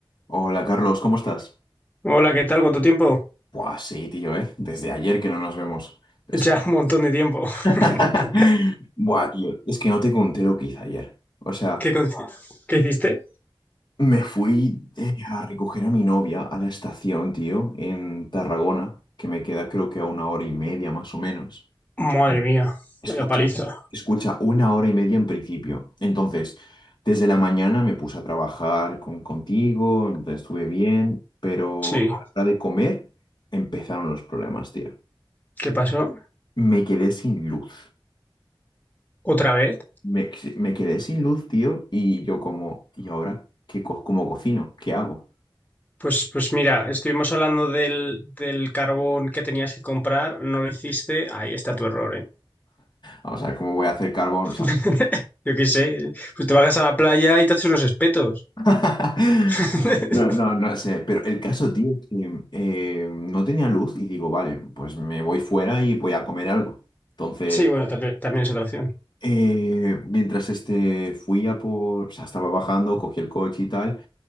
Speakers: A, on the left (about 55°); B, on the left (about 20°).
A: Hola Carlos, ¿cómo estás?
B: Hola, ¿qué tal? ¿Cuánto tiempo?
A: Buah, sí, tío, ¿eh? Desde ayer que no nos vemos. Es...
B: Ya un montón de tiempo.
A: <laughs>
B: <laughs>
A: Buah, tío, es que no te conté lo que hice ayer. O sea,
B: ¿Qué, con- qué hiciste?
A: me fui eh, a recoger a mi novia a la estación, tío, en Tarragona, que me queda creo que a una hora y media más o menos.
B: Madre mía,
A: Escucha,
B: la paliza.
A: escucha, una hora y media en principio. Entonces, desde la mañana me puse a trabajar con, contigo, entonces estuve bien, pero
B: Sí,
A: a la hora de comer empezaron los problemas, tío.
B: ¿qué pasó?
A: Me quedé sin luz.
B: ¿Otra vez?
A: Me, si, me quedé sin luz, tío, y yo como, ¿y ahora qué co- cómo cocino? ¿Qué hago?
B: Pues, pues mira, estuvimos hablando del, del carbón que tenías que comprar, no lo hiciste. Ahí está tu error, ¿eh?
A: Vamos a ver cómo voy a hacer carbón,
B: <laughs>
A: o sea.
B: Yo qué sé, pues te bajas a la playa y te haces unos espetos.
A: <laughs>
B: <laughs>
A: No, no, no sé, pero el caso, tío, es que eh, no tenía luz y digo, vale, pues me voy fuera y voy a comer algo. Entonces,
B: Sí, bueno, también, también es otra opción.
A: eh, mientras este fui a por, o sea, estaba bajando, cogí el coche y tal,